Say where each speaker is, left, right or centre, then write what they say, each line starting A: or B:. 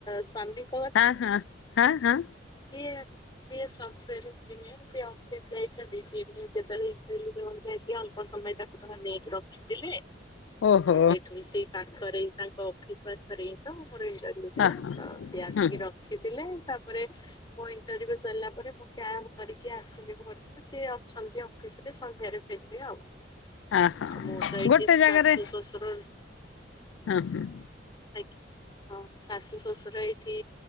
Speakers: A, on the left (about 25°); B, on the left (about 80°).
A: ସ୍ଵାମୀକୁ
B: ଆ - ହାଁ - ହାଁ- ହାଁ।
A: ସିଏ ସିଏ ସପଟୋୟାର ଇଞ୍ଜିନିୟର୍। ସେ ଅଫିସ ଯାଇଚନ୍ତି ସିଏ ମୁଁ ଯେତେବେଳେ ଇଣ୍ଟରଭିୟୁ ଦେବାକୁ ଯାଇକି ଅଳ୍ପ ସମୟ ତାକୁ ଧର ନେଇକି ରଖି ଦେଲେ,
B: ଓହୋ
A: ଆ ସେଇଠୁ ସେଇ ପାଖରେ ତାଙ୍କ ଅଫିସ୍ ବା ପାଖରେହିଁ ତ ମୋର ଇଣ୍ଟରଭିୟୁ ଥେଲା
B: ଓହୋ
A: ତ ସିଏ ଆସିକି
B: ହୁଁ
A: ରଖିଥିଲେ ତାପରେ ମୋ ଇଣ୍ଟରଭିୟୁ ସରିଲା ପରେ ମୁଁ କ୍ୟାବ୍ କରିକି ଆସିଲି ଘରକୁ ସିଏ ଅଛନ୍ତି ଆଉ ଅଫିସରେ ସନ୍ଧ୍ୟାରେ ଫେରିବେ ଆଉ।
B: ଓହୋ
A: ଆଉ ମୁଁ ତ ଏଇଠି
B: ଗୋଟେ
A: ଶାଶୁ
B: ଜାଗାରେ
A: ଶଶୁର
B: ହଁ- ହଁ।
A: ଆଜ୍ଞା, ହଁ ଶାଶୁଶଶୁରଏଇଠି